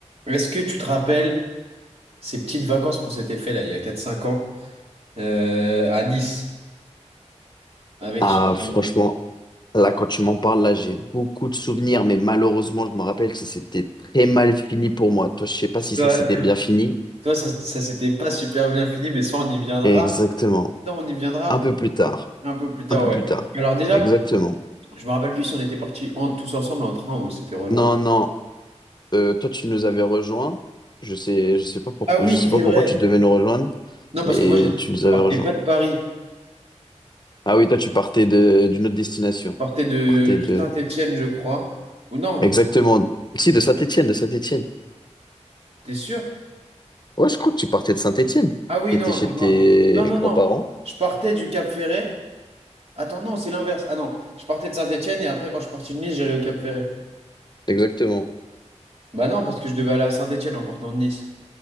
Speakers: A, on the right (about 60°); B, on the left (about 35°).
A: Est-ce que tu te rappelles ces petites vacances qu'on s'était fait là il y a quatre cinq ans euh, à Nice avec
B: Ah, franchement,
A: Oui.
B: là, quand tu m'en parles, là, j'ai beaucoup de souvenirs, mais malheureusement, je me rappelle que ça s'était très mal fini pour moi. Toi, je sais pas si
A: toi,
B: ça s'était bien fini.
A: toi ça, ça s'était pas super bien fini mais ça on y viendra
B: Exactement.
A: ça on y viendra
B: Un peu plus tard.
A: un peu plus tard
B: Un peu
A: ouais.
B: plus tard.
A: Alors déjà
B: Exactement.
A: je me rappelle plus si on était partis en- tous ensemble en train ou on s'était rejoints.
B: Non, non. Euh, toi, tu nous avais rejoints. Je sais, je sais pas pourquoi,
A: Ah oui
B: je sais pas
A: c'est vrai.
B: pourquoi tu devais nous rejoindre,
A: Non parce
B: mais
A: que moi je
B: tu nous avais
A: partais
B: rejoints.
A: pas de Paris je
B: Ah oui, toi, tu partais de, d'une autre destination. Tu
A: partais de
B: partais de,
A: Saint-Étienne je crois ou non
B: exactement. Si, de Saint-Étienne, de Saint-Étienne.
A: t'es sûr?
B: Ouais, je crois que tu partais de Saint-Étienne.
A: Ah oui
B: T'étais
A: non
B: chez
A: je
B: tes
A: m'en- non non
B: grands-parents.
A: non je partais du Cap Ferret Attends, non, c'est l'inverse. Ah non, je partais de Saint-Étienne et après, quand je suis parti de Nice, j'allais au Cap Ferré.
B: Exactement.
A: Bah non, parce que je devais aller à Saint-Étienne en partant de Nice.